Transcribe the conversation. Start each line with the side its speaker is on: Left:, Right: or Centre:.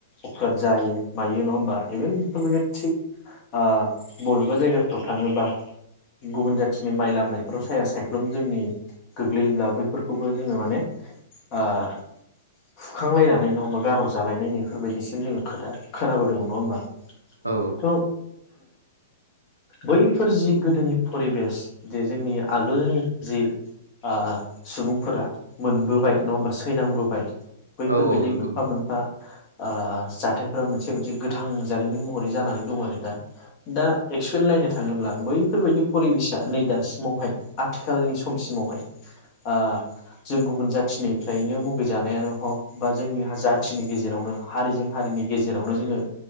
Left: अप्राद जायो मायो नङा होमबा इभेन बेफोरबायदिनो थिग ओ- बबेबा जायगाफ्राव थाङोबा गुबुन जाथिनि माइ लामनायफ्राव साया सायख्लुम जोंनि- गोग्लैयोब्ला बैफोरखौबो जोङो माने ओ- हुखांलायनानै नङा होमबा गारहर जालायनाय नैफोरबायदिसिम जोङो खोथा खोनाबोदोंमोन नङा होमबा
Right: औ
Left: थ बैफोर जि गोदोनि परिबेस जे जोंनि आगोलनि जि ओ सुबुंफोर मोनबोबाय नङा होनबा सैनाबोबाय बैफोरबादि
Right: औ औ नंगौ
Left: मोनफा
Right: नोंथां
Left: मोनफा ओ- जाथायफ्रा मोनसे मोनसे गोथां जारिमिन महरै जानानै दं आरो दा। दा एक्सुएल नायनो थाङोब्ला बैफोर बादि फरिबेसा नै दासिमावहाय आथिखालनि स समसिमनि ओ- जों गुबुन जाथिनिफ्रायनो मुगैजानायानो हग बा जोंनि जाथिनि गेजेरावनो हारिजों हारिनि गेजेरावनो जोंहा